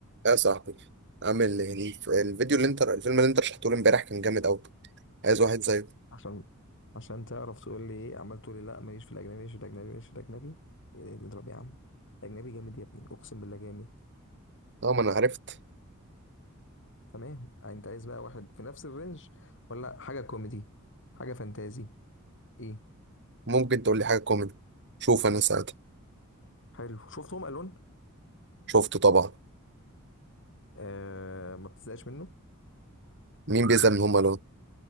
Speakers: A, on the right; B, on the left.
A: يا صاحبي عامل ايه الف- الفيديو اللي انت الفيلم اللي انت رشحته لي امبارح كان جامد قوي عايز واحد زيه
B: عشان عشان تعرف تقول لي ايه عمال تقول لي لا ماليش في الاجنبي ماليش في الاجنبي ماليش في الاجنبي إيه ده؟ اضرب يا عم الاجنبي جامد يا ابني اقسم بالله جامد
A: اه ما انا عرفت
B: تمام انت عايز بقى واحد في نفس الرينج ولا حاجه كوميدي حاجه فانتازي ايه
A: ممكن تقول لي حاجه كوميدي شوف انا ساعتها
B: حلو شفتهم الون
A: شفته طبعا
B: آه ما بتزهقش منه
A: مين بيزهق من هما لون